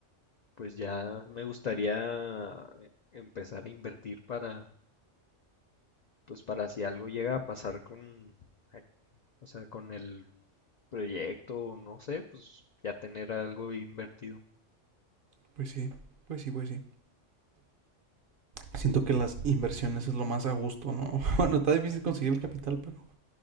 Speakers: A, on the left; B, on the right.
A: pues ya me gustaría empezar a invertir para, pues para si algo llega a pasar con, ac- o sea, con el proyecto, no sé, pues ya tener algo invertido.
B: Pues sí, pues sí, pues sí. Siento que las inversiones es lo más a gusto, ¿no? <laughs> Bueno, está difícil conseguir el capital, pero